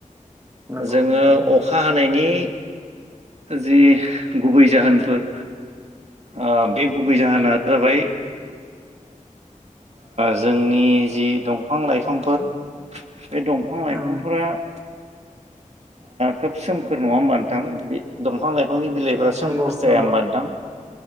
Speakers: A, on the right (about 20°); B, on the right (about 55°).
A: नगौ
B: जोङो
A: नोंथां।
B: अखा हानायनि जि गुबै जाहोनफोर ओ बे गुबै जाहोना जाबाय- जोंनि जि दंफां लाइफांफोर बे दंफां लाइफांफोरा
A: उम
B: <inaudible> खोब सोमखोर नङा होनबानोथां दंफां लाइफांनि बिलाइफ्रा सोमखोर
A: नंगौ
B: जाया
A: नंगौ
B: होनोमबानोथां।